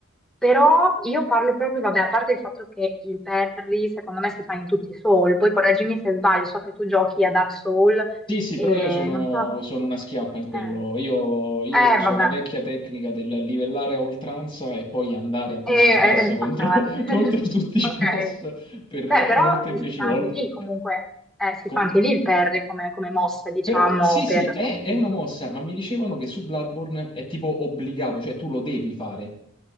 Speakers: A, in the centre; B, on the left (about 25°).
A: però io parlo proprio, vabbè, a parte il fatto che il Perry secondo me si fa in tutti i soul, poi correggimi se sbaglio, so che tu giochi a Dark Soul
B: Sì, sì,
A: e
B: però io sono,
A: non so
B: sono una schiappa in quello.
A: se... Eh,
B: Io, io
A: eh,
B: uso
A: vabbè,
B: la vecchia tecnica del livellare a oltranza e poi andare a testa
A: e e-
B: bassa
A: e spaccare.
B: contro, <laughs>
A: <laughs>
B: contro tutti i
A: Ok.
B: boss per
A: Beh,
B: eh,
A: però
B: molteplici
A: si fa
B: volte.
A: anche lì comunque, eh, si
B: Co-
A: fa anche lì il Perry come, come mossa, diciamo,
B: Però sì, sì,
A: per
B: è,
A: sconfiggere.
B: è una mossa, ma mi dicevano che su Bloodborne è tipo obbligato, cioè tu lo devi fare,